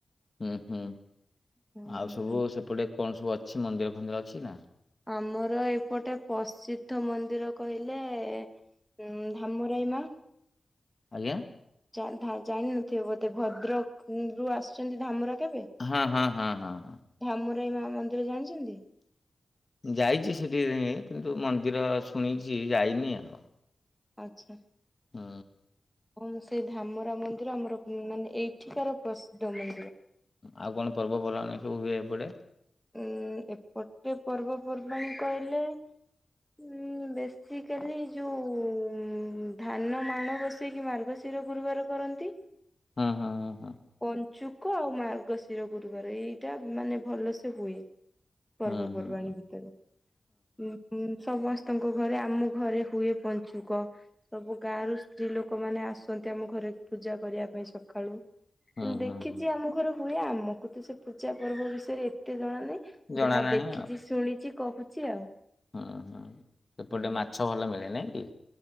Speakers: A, on the left; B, in the centre.
A: ହୁଁ ହୁଁ ଆଉ
B: ହୁଁ
A: ସବୁ ସେପଟେ କଣ ସବୁ ଅଛି। ମନ୍ଦିର ଫନ୍ଦିର ଅଛି ନା?
B: ଆମର ଏପଟେ ପ୍ରସିଦ୍ଧ ମନ୍ଦିର କହିଲେ ଉଁ ଧାମରାଇ ମା।
A: ଆଜ୍ଞା।
B: ଜାଣିି ଧା ଜାଣି ନଥିବ ବୋଧେ। ଭଦ୍ରକରୁୁ ଆସିଛନ୍ତି ଧାମରା କେବେ?
A: ହଁ ହଁ ହଁ ହଁ ହଁ।
B: ଧାମରାଇ ମା ମନ୍ଦିର ଜାଣିଛନ୍ତି?
A: ଯାଇଛି ସେଠିକି କିନ୍ତୁ ମନ୍ଦିର ଶୁଣିଛି ଯାଇନି। ଆଉ
B: ଆଚ୍ଛା।
A: ଅ
B: ହଁ ସେଇ ଧାମରା ମନ୍ଦିର ଆମର ମାନେ ଏଇଠିକାର ପ୍ରସିଦ୍ଧ ମନ୍ଦିର।
A: ଆଉ କଣ ପର୍ବପର୍ବାଣୀ ସବୁ ହୁଏ ଏପଟେ?
B: ଏ ଏପଟେ ପର୍ବପର୍ବାଣି କହିଲେ ଉଁ ବେସିକାଲି ଯୋଉ ଉ ଉ ଉଁ ଧାନ ମାଣ ବସେଇକି ମାର୍ଗଶିର ଶିର ଗୁରୁବାର କରନ୍ତି।
A: ହଁ ହଁ ହଁ।
B: ପଞ୍ଚୁକ ଆଉ ମାର୍ଗଶିର ଗୁରୁବାର ଏଇଟା ମାନେ ଭଲ ସେ ହୁଏ। ପର୍ବପର୍ବାଣି
A: ହୁଁ ହୁଁ
B: ଭିତରେ ହୁଁ। ହୁଁ ସମସ୍ତଙ୍କ ଘରେ। ଆମ ଘରେ ହୁଏ ପଞ୍ଚୁକ। ସବୁ ଗାଁ ର ସ୍ତ୍ରୀ ଲୋକମାନେ ଆସନ୍ତି। ଆମ ଘରେ ପୂଜା କରିବା ପାଇଁ ସକାଳୁ।
A: ହୁଁ
B: ଦେଖିଛି
A: ହୁଁ ହୁଁ।
B: ଆମ ଘରେ ହୁଏ। ଆମକୁ ତ ସେ ପୂଜା ପର୍ବ ବିଷୟରେ ଏତେ ଜଣା ନାହିଁ।
A: ଜଣା
B: ଯାହା
A: ନାହିଁ
B: ଦେଖିଛି ଶୁଣିଛି କହୁଛି ଆଉ
A: ହଁ ହଁ ସେପଟେ
B: ହୁଁ।
A: ମାଛ ଭଲ ମିଳେ ନାଇଁ କି?